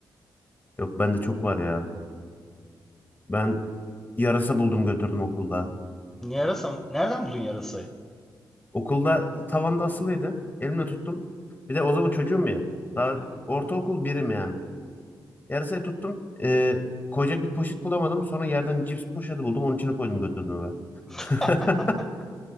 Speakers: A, on the left (about 25°); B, in the centre.
A: Yok bende çok var ya. Ben yarasa buldum götürdüm okulda.
B: Yarasa mı? Nereden buldun yarasayı?
A: Okulda tavanda asılıydı. Elimle tuttum. Bir de o zaman çocuğum ya. Daha
B: Ha.
A: ortaokul birim yani. Yarasayı tuttum. Ee, koyacak bir poşet bulamadım. Sonra yerden cips poşeti buldum. Onun içine koydum götürdüm eve. <laughs>
B: <laughs>